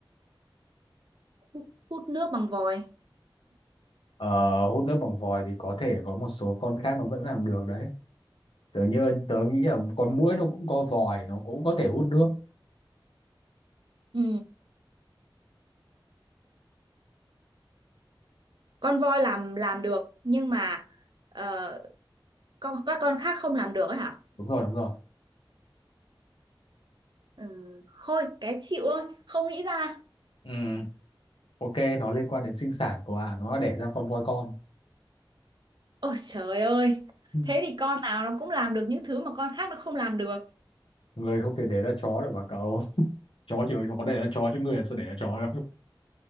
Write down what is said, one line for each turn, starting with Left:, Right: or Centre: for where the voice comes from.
Right: hút, hút nước bằng vòi.
Left: ờ, hút nước bằng vòi thì có thể có một số con khác nó vẫn làm được đấy tớ như tớ nghĩ là con muỗi nó cũng có vòi nó cũng có thể hút nước
Right: Ừ, con voi làm làm được nhưng mà ờ, con các con khác không làm được ấy hả
Left: đúng rồi đúng rồi
Right: ừ, thôi cái chịu thôi không nghĩ ra
Left: ừ, ok nó liên quan đến sinh sản của ạ nó đã đẻ ra con voi con
Right: ôi trời ơi
Left: Ừ.
Right: thế thì con nào nó cũng làm được những thứ mà con khác nó không làm được
Left: người không thể để ra chó được mà cậu <laughs> chó chỉ có để ra chó chứ người làm sao để ra chó đâu